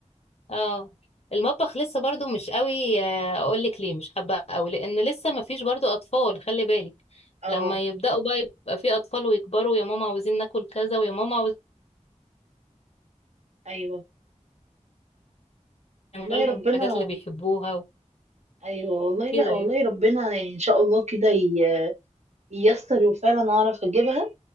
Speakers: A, on the left (about 55°); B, on the right (about 60°).
A: اه المطبخ لسه برضو مش قوي آه، اقول لك ليه مش حابه قوي لان لسه ما فيش برضو اطفال خلي بالك
B: اه
A: لما يبداوا بقى يبقى في اطفال ويكبروا يا ماما عاوزين ناكل كذا ويا ماما عاوزين
B: ايوه والله
A: نعمل لهم
B: ربنا
A: الحاجات اللي بيحبوها
B: ايوه والله
A: وكده
B: لا والله
A: يعني
B: ربنا يعني ان شاء الله كده ي- ييسر وفعلا اعرف اجيبها